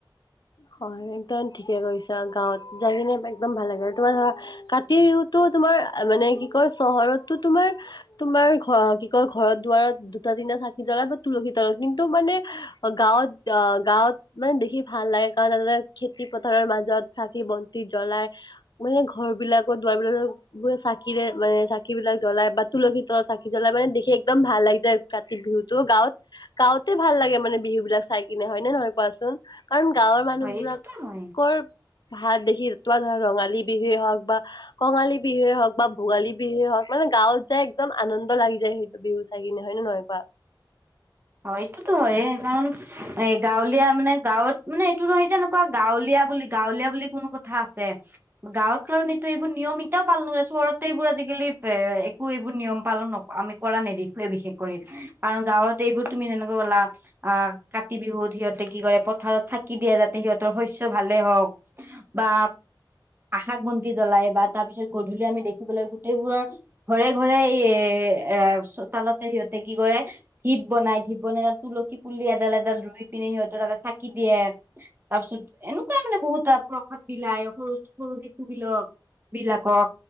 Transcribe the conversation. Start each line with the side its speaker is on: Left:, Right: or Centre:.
Left: হয় একদম ঠিকে কৰিছা গাঁৱত যাই কিনে একদম ভাল লাগে আৰু তোমাৰ ধৰা কাতি বিহুতো তোমাৰ মানে কি কয় চহৰতো তোমাৰ তোমাৰ ঘ কি কয় ঘৰত দুৱাৰত দুটা তিনা চাকি জ্বলা বা তুলসী তলত কিন্তু মানে অ', গাঁৱত, অ', গাঁৱত মানে দেখি ভাল লাগে কাৰণ তাতে খেতি পথাৰৰ মাজত চাকি বন্তি জ্বলাই মানে ঘৰ বিলাকৰ, দুৱ বিলাক বোৰ চাকিৰে, মানে চাকি বিলাক জ্বলাই বা তুলসী তলত চাকি জ্বলাই, মানে দেখি একদম ভাল লাগি যায়। কাতি বিহুতো গাঁৱত, গাওঁতে ভাল লাগে মানে বিহু বিলাক চাই কিনে হয়নে নহয় কোৱাচোন? কাৰণ গাঁৱৰ মানুহবিলাকৰ
Right: হয় এইটোতো হয়
Left: ভাত দেখি, তোমাৰ ধৰা ৰঙালী বিহুৱে হওক বা কঙালী বিহুৱে হওক বা ভোগালী বিহুৱে হওক, মানে গাঁৱত যাই একদম আনন্দ লাগি যায় সেইটো বিহু চাই কিনে, হয়নে নহয় কোৱা?।
Right: হয়, এইটোতো হয়ে, কাৰণ এ গাঁৱলীয়া মানে, গাঁৱত মানে এইটো নহয় যে, এনেকুৱা গাঁৱলীয়া বুলি, গাঁৱলীয়া বুলি কোনো কথা আছে। গাঁৱত কাৰণ, এইটো এইবোৰ নিয়ম এতিটাও পালন কৰে। চহৰতে এইবোৰ আজিকালি, এ-একো এইবোৰ নিয়ম পালন নক আমি কৰা নেদেখুৱে বিশেষ কৰি কাৰণ, গাঁৱত এইবোৰ তুমি যেনেকৈ কলা আহ, কাতি বিহুত সিহঁতে কি কৰে, পথাৰত চাকি দিয়ে যাতে, সিহঁতৰ শস্য ভালেই হওঁক। বা, আশাক বন্তি জ্বলাই, বা তাৰ পিছত গধূলি আমি দেখিবলৈ গোটেইবোৰৰ ঘৰে-ঘৰে, এ, চোতালতে সিহঁতে কি কৰে, ধিপ বনাই। ধিপ বনাই তাত, তুলসী পুলি এডাল-এডাল ৰুই পিনে, সিহঁতে তাতে চাকি দিয়ে। তাৰ পিছত, এনেকুৱাই মানে বহুত প্ৰসাদ বিলাই, সৰু-সৰু শিশুবিলক বিলাকক,